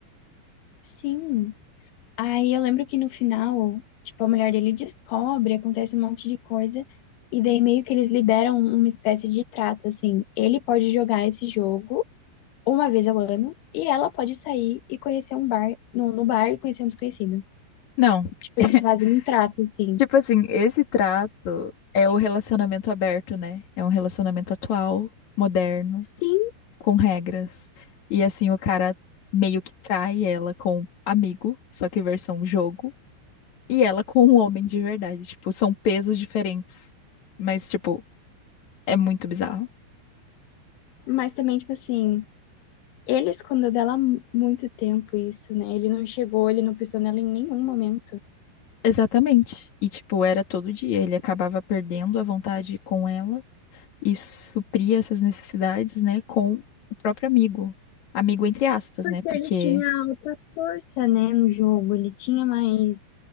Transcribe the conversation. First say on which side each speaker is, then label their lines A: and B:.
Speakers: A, on the left; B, on the left.
A: sim. Aí eu lembro que no final, tipo, a mulher dele descobre, acontece um monte de coisa, e daí meio que eles liberam uma espécie de trato, assim, ele pode jogar esse jogo uma vez ao ano, e ela pode sair e conhecer um bar, no, no bar e conhecer um desconhecido.
B: Não.
A: Tipo,
B: <laughs>
A: eles fazem um trato, assim.
B: Tipo assim, esse trato é o relacionamento aberto, né? É um relacionamento atual, moderno,
A: Sim,
B: com regras. E assim, o cara meio que trai ela com amigo, só que versão jogo, e ela com um homem de verdade. Tipo, são pesos diferentes. Mas, tipo, é muito bizarro.
A: mas também, tipo assim, ele escondeu dela há mu- muito tempo isso, né? Ele não chegou, ele não pensou nela em nenhum momento.
B: Exatamente. E, tipo, era todo dia. Ele acabava perdendo a vontade com ela e supria essas necessidades, né, com o próprio amigo. Amigo entre aspas,
A: Porque
B: né? Porque.
A: ele tinha outra força, né, no jogo, ele tinha mais